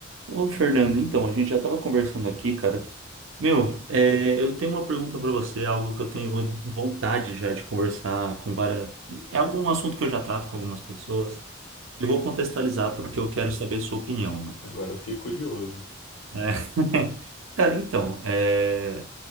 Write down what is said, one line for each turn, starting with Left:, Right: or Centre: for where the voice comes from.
Right: Ô, Fernando, então, a gente já estava conversando aqui, cara. Meu, é, eu tenho uma pergunta para você, algo que eu tenho vontade já de conversar com várias. É algum assunto que eu já trato com algumas pessoas. Eu vou contextualizar porque eu quero saber a sua opinião, mano.
Left: Agora eu fiquei curioso.
Right: É. <laughs> Cara, então, é,